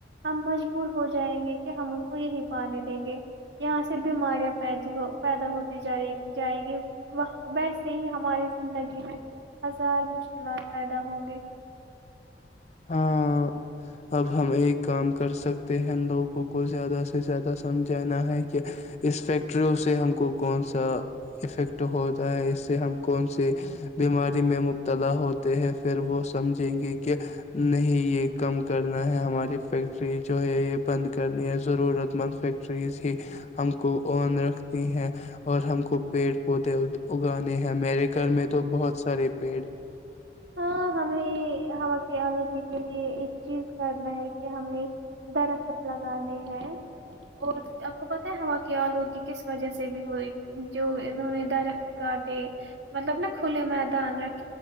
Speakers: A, on the right; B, on the left.
A: ہم مجبور ہو جائیں گے کہ ہم ان کو یہی پانے دیں گے یہاں سے بیماریاں پی ہو پیدا ہوتی جا جائے گی ویسے ہی ہماری زندگی میں ہزار مشکلات پیدا ہوں گی
B: ہاں اب ہم ایک کام کر سکتے ہیں لوگوں کو زیادہ سے زیادہ سمجھانا ہے کہ اس فیکٹریوں سے ہم کو کون سا افیکٹ ہوتا ہے اس سے ہم کون سے بیماری میں مبتلا ہوتے ہیں پھر وہ سمجھیں گے کہ کہ نہیں یہ کم کرنا ہے ہماری فیکٹری جو ہے یہ بند کرنی ہے ضرورت مند فیکٹریز ہی ہم کو اون رکھتی ہیں اور ہم کو پیڑ پودے اگانے ہیں میرے گھر میں تو بہت سارے پ
A: ہاں ہمیں ہوا کے آلود کے لیے ایک چیز کرنا ہے کہ ہمیں درخت لگانے ہیں اور آپ کو پتہ ہے ہوا کے آلو کی کس وجہ سے بھی ہوئی جو انہوں نے درخت کاٹے مطلب نا کھلے میدان رکھ